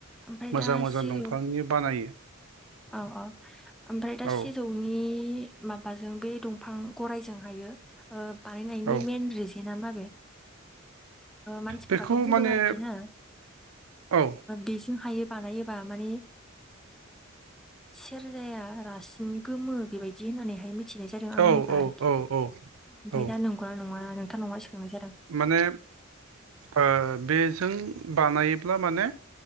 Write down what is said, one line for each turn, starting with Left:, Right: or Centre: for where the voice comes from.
Centre: ओमफ्राय
Right: मोजां
Centre: दा
Right: मोजां
Centre: सिजौ
Right: दंफांनि बानायो
Centre: औ औ ओमफ्राय दा
Right: औ
Centre: सिजौनि माबा माबाजों बे दंफां गरायजों हायो बानायनायनि
Right: औ
Centre: मइेन रिजना म बे मानसिफोराथ'
Right: बेखौ
Centre: बुंदों
Right: माने
Centre: आरोखि न
Right: औ
Centre: बेजों हायो बानायोबा मानिे सेरजाया रासिन गोमो बेबायदि होननानैहाय मिथि मिथिनाय जादों आंनिबा
Right: औ औ
Centre: आरोखि
Right: औ
Centre: ओमफ्राय
Right: औ औ
Centre: दा नंगौना नङा नोंथां नङा सोखांनाय जादों।
Right: माने ओ बेजों बानायोब्ला माने